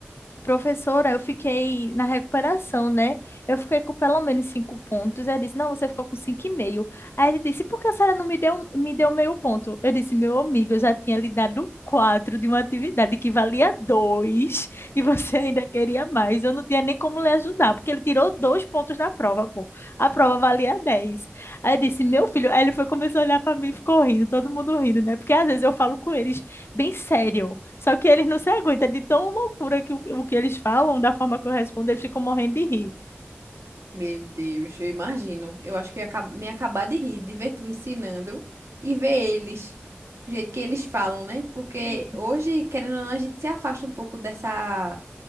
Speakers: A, on the left; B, on the right.
A: professora, eu fiquei na recuperação, né? Eu fiquei com pelo menos cinco pontos. Ele disse, não, você ficou com cinco e meio. Aí ele disse, por que a senhora não me deu, me deu meio ponto? Eu disse, meu amigo, eu já tinha lhe dado quatro de uma atividade que valia dois e você <laughs> ainda queria mais. Eu não tinha nem como lhe ajudar, porque ele tirou dois pontos na prova, pô. A prova valia dez. Aí eu disse, meu filho. Aí ele foi, começou a olhar pra mim e ficou rindo, todo mundo rindo, né? Porque às vezes eu falo com eles bem sério, só que eles não se aguentam de tão loucura que o, o que eles falam, da forma que eu respondo, eles ficam morrendo de rir.
B: Meu Deus, eu imagino. Eu acho que ia acab- me acabar de rir, de ver tu ensinando e ver eles. Do jeito que eles falam, né? Porque
A: Uhum.
B: hoje, querendo ou não, a gente se afasta um pouco dessa.